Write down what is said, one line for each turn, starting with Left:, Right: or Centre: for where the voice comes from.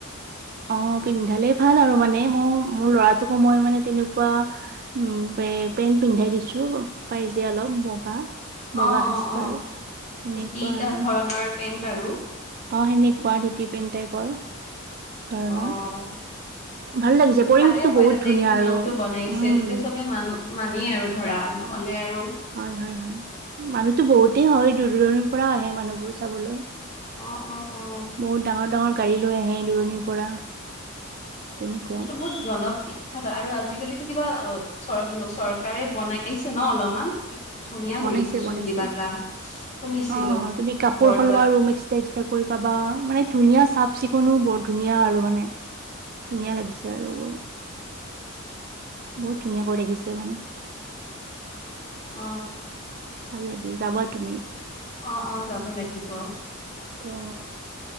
Right: অ পিন্ধালে ভাল আৰু মানে মই মোৰ ল'ৰাটোকো মই মানে তেনেকুৱা। উম পে পেণ্ট পিন্ধাই দিছো পাই যে অলপ বগা। বগা
Left: অ',
Right: সাজপাৰ
Left: অ', অ'।
Right: এনেকুৱা
Left: কুৰ্তি
Right: আৰু।
Left: ধৰণৰ পেন্ট আৰু
Right: অ, সেনেকুৱা দুটি পেইণ টাইপৰ ধৰণৰ।
Left: অ',
Right: ভাল
Left: কিন্তু
Right: লাগিছে পৰিৱেশটো
Left: ভালেই হয়
Right: বহুত
Left: তাতে
Right: ধুনীয়া
Left: এইটো নিয়মটো
Right: আৰু
Left: বনাইছে
Right: উম
Left: তেতিয়া চবে মানুহ মানেই আৰু ধৰা নহ'লে। আৰু
Right: হয় হয় হয় মানুহটো বহুতে হয় দূৰ দূৰণিৰ পৰা আহে মানুহবোৰ চাবলৈ।
Left: অ', অ', অ।
Right: বহুত ডাঙৰ ডাঙৰ গাড়ী লৈ আহে দূৰণিৰ পৰা। তেনেকুৱা
Left: সটো বুত জন বিখ্যাত আৰু আজিকালি কিবা অ, চৰ - চৰকাৰে বনাইছে ন অলপমান। ধুনীয়া
Right: বনাইছে
Left: কৰিছেচোন
Right: বনাইছে,
Left: কিবা এটা শুনিছিলোঁ
Right: অঁ তুমি কাপোৰ
Left: বৰদোৱাত
Right: সলোৱা ৰুম এক্সটা এক্সটা কৰি পাবা মানে ধুনীয়া। চাফ চিকুণো বৰ ধুনীয়া আৰু মানে ধুনীয়া লাগিছে আৰু গৈ। বহুত ধুনীয়াাকৈ দেখিছে মানে।
Left: অ।
Right: ভাল লাগে যাবা তুমি।
Left: অ - অ যাব লাগিব।
Right: অ',